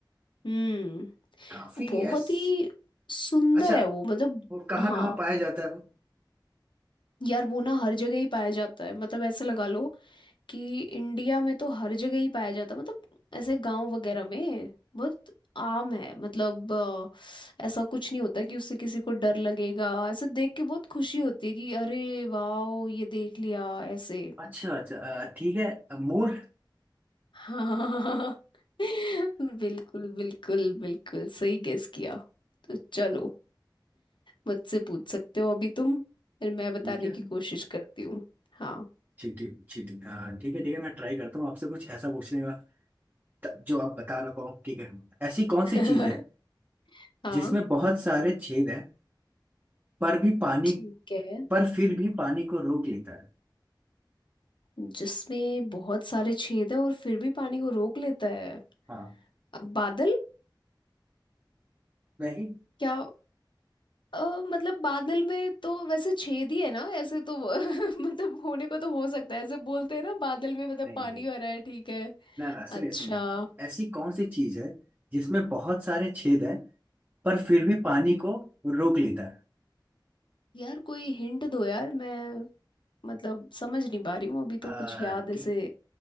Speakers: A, on the left; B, on the right.
A: हम्म
B: काफी
A: बहुत
B: एस
A: ही सुंदर
B: अच्छा
A: है वो मतलब
B: वो कहाँ
A: हाँ
B: कहाँ पाया जाता है वो
A: यार वो ना हर जगह ही पाया जाता है मतलब ऐसे लगा लो कि इंडिया में तो हर जगह ही पाया जाता है मतलब ऐसे गांव वगैरह में बहुत आम है मतलब अ, ऐसा कुछ नहीं होता कि उससे किसी को डर लगेगा ऐसे देख के बहुत खुशी होती है कि अरे वाह ये देख लिया ऐसे
B: अच्छा अच्छा अ, ठीक है अ, मोर
A: हाँ <laughs> बिल्कुल बिल्कुल बिल्कुल सही गेस किया तो चलो मुझसे पूछ सकते हो अभी तुम फिर मैं बताने
B: ठीक है
A: की कोशिश करती हूँ हाँ
B: चींटी चींटी अ, ठीक है ठीक है मैं ट्राई करता हूँ आपसे कुछ ऐसा पूछने का त- जो आप बता ना पाओ ठीक है ऐसी कौन
A: <laughs>
B: सी चीज है
A: हाँ
B: जिसमें बहुत सारे छेद हैं पर भी पानी
A: ठीक है
B: पर फिर भी पानी को रोक लेता है
A: जिसमें बहुत सारे छेद हैं और फिर भी पानी को रोक लेता है
B: हाँ
A: अब बादल
B: नहीं
A: क्या अ, मतलब बादल में तो वैसे छेद ही है ना ऐसे तो वो- <laughs> मतलब होने को तो हो सकता है ऐसे बोलते हैं ना बादल में मतलब
B: नहीं
A: पानी
B: नहीं
A: भरा है ठीक है
B: ना ना सुनिए
A: अच्छा
B: सुनिए ऐसी कौन सी चीज है जिसमें बहुत सारे छेद हैं पर फिर भी पानी को रोक लेता है
A: यार कोई हिंट दो यार मैं मतलब समझ नहीं पा रही हूँ अभी
B: अ,
A: तो कुछ याद ऐसे
B: ठीक